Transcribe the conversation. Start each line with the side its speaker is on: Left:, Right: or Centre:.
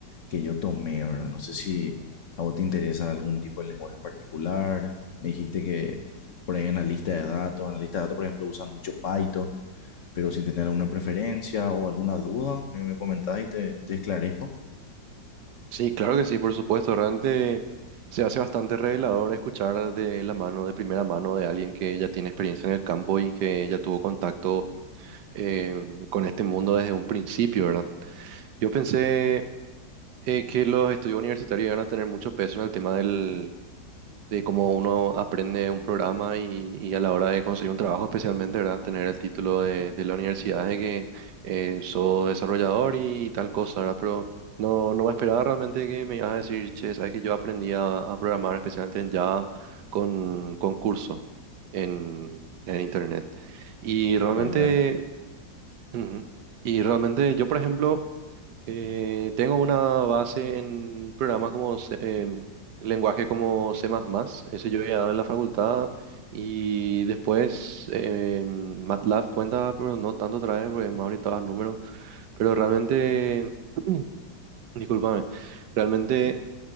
Left: que yo tomé, ¿verdad? No sé si a vos te interesa algún tipo de lenguaje en particular. Me dijiste que por ahí analista de datos, analista de datos, por ejemplo, usan mucho Python, pero si tenés alguna preferencia o alguna duda, me, me comentás y te, te esclarezco.
Right: Sí, claro que sí, por supuesto. Realmente se hace bastante revelador escuchar de la mano, de primera mano, de alguien que ya tiene experiencia en el campo y que ya tuvo contacto eh, con este mundo desde un principio, ¿verdad? Yo pensé eh, que los estudios universitarios iban a tener mucho peso en el tema del, de cómo uno aprende un programa y, y a la hora de conseguir un trabajo, especialmente, ¿verdad? Tener el título de, de la universidad de que eh, soy desarrollador y, tal cosa, ¿verdad? Pero no, no me esperaba realmente que me ibas a decir, che, sabes que yo aprendí a, a programar, especialmente en Java, con, con cursos en, en Internet. Y realmente.
Left: Claro, claro.
Right: Ujú. Y realmente yo, por ejemplo, eh, tengo una base en programas como C- em, lenguajes como C++, ese yo he dado en la facultad y después em, MATLAB cuenta, pero no tanto otra vez porque más orientado a números, pero realmente, <clears throat> discúlpame, realmente